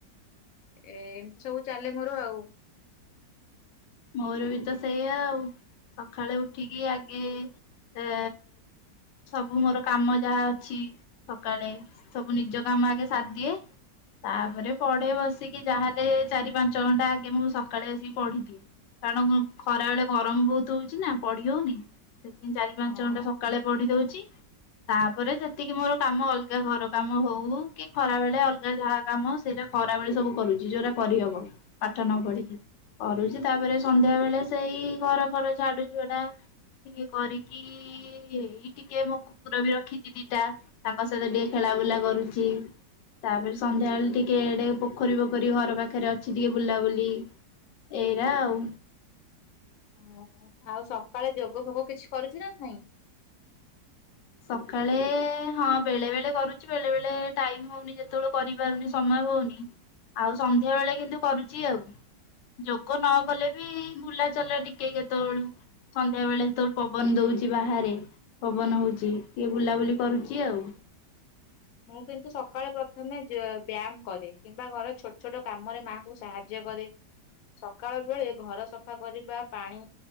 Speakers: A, on the left; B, on the left.
A: ଏ ଏମିତି ସବୁ ଚାଲେ ମୋର ଆଉ।
B: ମୋର ବି ତ ସେଇଆ ଆଉ। ସକାଳେ ଉଠିକି ଆଗେ ଏ ସବୁ ମୋର କାମ ଯାହା ଅଛି ସକାଳେ ସବୁ ନିଜ କାମ ଆଗେ ସାରିଦିଏ। ତାପରେ ପଢେ ବସିକି। ଯାହାଲେ ଚାରି ପାଞ୍ଚ ଘଣ୍ଟା ଆଗେ ମୁଁ ସକାଳେ ଆସିକି ପଢି ଦିଏ। କାରଣ ଖରା ବେଳେ ଗରମ ବହୁତ ହଉଛି ନା ପଡି ହଉନି। ସେଥି ପାଇଁ ଚାରି ପାଞ୍ଚ
A: ହଁ।
B: ଘଣ୍ଟା ସକାଳେ ପଢି ଦଉଛି। ତାପରେ ଯେତିକି ମୋର କାମ ଅଲଗା ଘର କାମ ହଉ କି ଖରା ବେଳେ ଅଲଗା ଯାହା କାମ ସେଇଟା ଖରା ବେଳେ ସବୁ କରୁଛି ଯୋଉଟା କରିହବ। ପାଠ ନ ପଢିକି କରୁଛି। ତାପରେ ସନ୍ଧ୍ୟା ବେଳେ ସେଇ ଘର ଫର ଝାଡୁ ଝୁଡା ଟିକେ କରିକି ଏଇ ଟିକେ ମୋ କୁକୁର ବି ରଖିଛି ଦିଟା ତାଙ୍କ ସହିତ ଟିକେ ଖେଳା ବୁଲା କରୁଛି। ତାପରେ ସନ୍ଧ୍ୟା ବେଳେ ଟିକେ ଟିକେ ପୋଖରୀ ପୋଖରୀ ଘର ପାଖରେ ଅଛି ଟିକେ ବୁଲାବୁଲି ଏ ଏୟା ଆଉ।
A: ଓ ହୋ ଆଉ ସକାଳେ ଯୋଗ ଫୋଗ କିଛି କରୁଛୁ ନା ନାଇଁ।
B: ସକାଳେ ହଁ ବେଳେ ବେଳେ କରୁଛି। ବେଳେ ବଳେ ଟାଇମ୍ ହଉନି ଯେତେବେଳେ କରିପାରୁନି ସମୟ ହଉନି। ଆଉ ସନ୍ଧ୍ୟାବେଳେ କିନ୍ତୁ କରୁଛି ଆଉ। ଯୋଗ ନ କଲେ ବି ବୁଲା ଚଲା ଟିକେ କେତେବେଳୁ ସନ୍ଧ୍ୟା ବେଳେ ଯେତେବେଳେ ପବନ ଦଉଛି ବାହାରେ ପବନ ହଉଛି। କିଏ ବୁଲାବୁଲି କରୁଛି ଆଉ।
A: ମୁଁ କିନ୍ତୁ ସକାଳେ ପ୍ରଥମେ ଯେ ବ୍ୟାୟାମ କରେ। କିମ୍ବା ଘର ଛୋଟ ଛୋଟ କାମରେ ମାଆଙ୍କୁ ସାହାଯ୍ୟ କରେ। ସକାଳ ବେଳେ ଘର ସଫା କରିବା ପାଣି